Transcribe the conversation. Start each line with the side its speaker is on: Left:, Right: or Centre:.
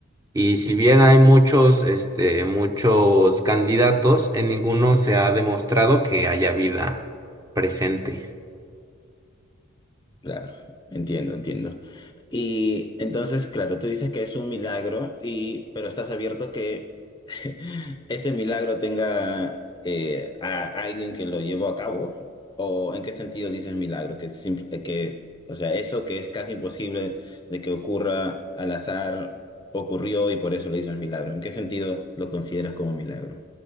Right: Y si bien hay muchos, este, muchos candidatos, en ninguno se ha demostrado que haya vida presente.
Left: Claro, entiendo, entiendo. Y entonces, claro, tú dices que es un milagro y, pero estás abierto que <laughs> ese milagro tenga eh, a alguien que lo llevó a cabo. ¿O en qué sentido dices milagro? Que simple, eh, que, o sea, eso que es casi imposible de que ocurra al azar ocurrió y por eso le dices milagro. ¿En qué sentido lo consideras como milagro?